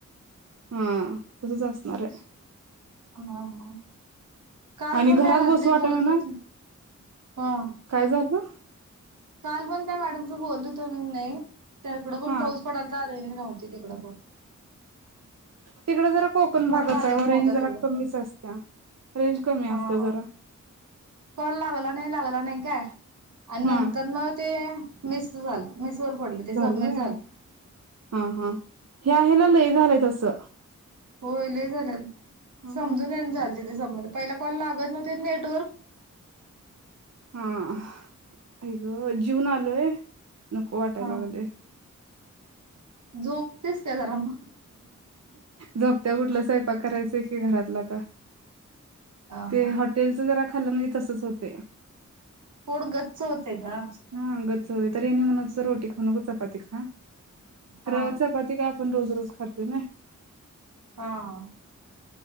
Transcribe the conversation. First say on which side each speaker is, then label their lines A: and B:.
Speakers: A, on the right (about 55°); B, on the right (about 75°).
A: हां तसच असणारय
B: हा ह काल
A: आणि
B: पण
A: घरात
B: काय रात्री
A: बसू वाटना
B: बोलत
A: ना
B: होतीस हं
A: काय झालं
B: काल पण त्या मॅडमच बोलत होतो म नाही त्या इकडं पण
A: हा
B: पाऊस पडायला चालु नव्हती इकड पण
A: तिकडं जरा कोकण
B: कॉल
A: भागाचा
B: लागत
A: आहे रेंज
B: नव्हता
A: जरा
B: तिकडं
A: कमीच
B: पण.
A: असत रेंज कमी असते
B: हा.
A: जरा
B: कॉल लागला नाही लागला नाही काय आणि नंतर
A: हा
B: ना ते मिस झालं मिस <unintelligible> पडलं ते
A: झालोय
B: सबमिट झालं
A: हा हा ह्या ह्याला लय झालंय तसं
B: होय लय झालंत
A: ह
B: समजून ये झालं बं पहिला कॉल लागत नव्हता नेट
A: हां आई हो जीवून आलोय नको वाटायला
B: हा
A: लागलेय
B: झोपतेस काय जरा मग
A: झोपतीय कुठलं स्वयंपाक करायचंय की घरातला आत्ता
B: हा
A: ते
B: हा
A: हॉटेलच जरा खालं म्हणजे तसच होते
B: पोट गच्च हो असय का
A: हा गच्च तर यांनी म्हटले रोटी खाऊ नको चपाती खा खरं
B: हा
A: चपाती काय पण रोज रोज खातो ना
B: हां